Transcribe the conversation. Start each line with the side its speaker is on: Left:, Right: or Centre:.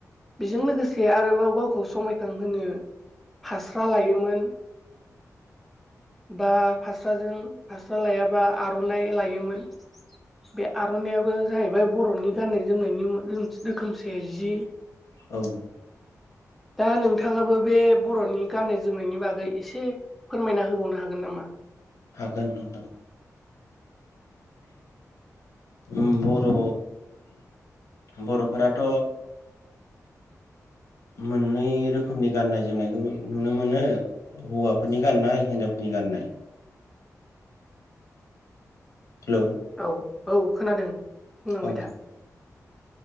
Centre: बेजों लोगोसे आरोबाव गावखौ समायखांहोनो फास्रा लायोमोन, बा फास्राजों फा स्रा लायाबा आर'नाइ लायोमोन, बे आर'नाइयाबो जाहैबाय बर'नि गान्नाय जोमनायनि <inaudible> रोखोमसे जि
Left: औ
Centre: दा नोंथाङाबो बे बर'नि गाननाय-जोमनायनि बागै एसे फोरमायना होबावनो हागोन नामा?
Left: हागोन नोंथां उम बर' बर'फोराथ' मोननै रोखोमनि गाननाय जोमनायखौ नुनो मोनो हौवाफोरनि गाननाय हिन्जावफोरनि गाननाय गाननाय हेलौ
Centre: औ औ खोनादों बुंलांबाय
Left: औ
Centre: था